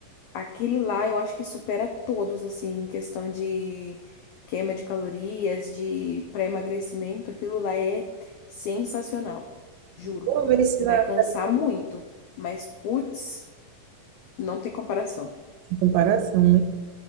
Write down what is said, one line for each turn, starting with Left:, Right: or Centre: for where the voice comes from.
Left: Aquele lá eu acho que supera todos, assim, em questão de queima de calorias, de para emagrecimento. Aquilo lá é sensacional, juro.
Right: vou ver
Left: Você
Right: se na
Left: vai
Right: academia,
Left: cansar muito, mas putz, não tem comparação.
Right: em comparação, né?